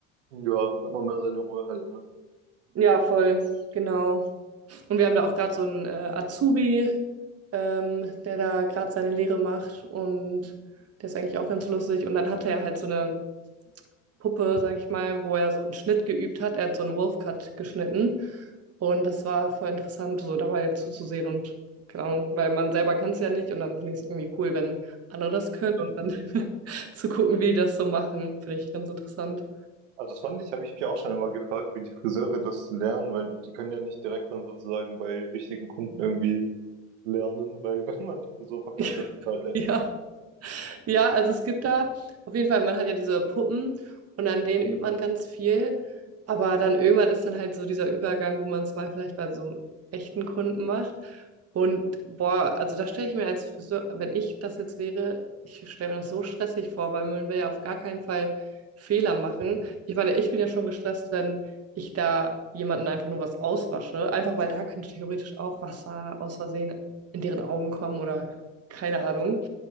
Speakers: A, on the right; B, on the right.
A: ja, hat man mehr seine Ruhe halt, ne?
B: Ja, voll, genau. Und wir haben da auch gerade so einen äh, Azubi, ähm, der da gerade seine Lehre macht und der ist eigentlich auch ganz lustig. Und dann hatte er halt so eine Puppe, sag ich mal, wo er so einen Schnitt geübt hat. Er hat so einen Wolfcut geschnitten und das war voll interessant, so dabei jetzt zuzusehen und keine Ahnung, weil man selber kann es ja nicht und dann finde ich es irgendwie cool, wenn andere das können und dann <laughs> zu gucken, wie die das so machen, finde ich ganz interessant.
A: Also das fand ich, habe ich mich auch schon immer gefragt, wie die Friseure das lernen, weil die können ja nicht direkt dann sozusagen bei richtigen Kunden irgendwie lernen, weil <laughs> wenn man die Frisur verkackt,
B: <laughs>
A: das ist halt echt.
B: Ja. Ja, also es gibt da auf jeden Fall, man hat ja diese Puppen und an denen übt man ganz viel. Aber dann irgendwann ist dann halt so dieser Übergang, wo man es mal vielleicht bei so einem echten Kunden macht. Und boah, also da stelle ich mir als Friseur, wenn ich das jetzt wäre, ich stelle mir das so stressig vor, weil man will ja auf gar keinen Fall Fehler machen. Ich meine, ich bin ja schon gestresst, wenn ich da jemanden einfach nur was auswasche, einfach weil da könnte theoretisch auch Wasser aus Versehen in deren Augen kommen oder keine Ahnung.